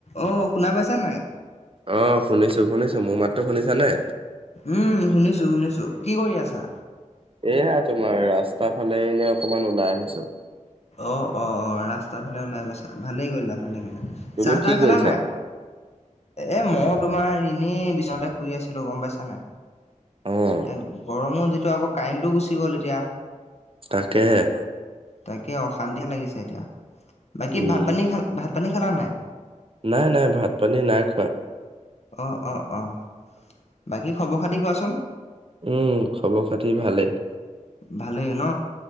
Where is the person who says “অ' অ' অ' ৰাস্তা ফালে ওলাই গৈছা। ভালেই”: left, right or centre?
Left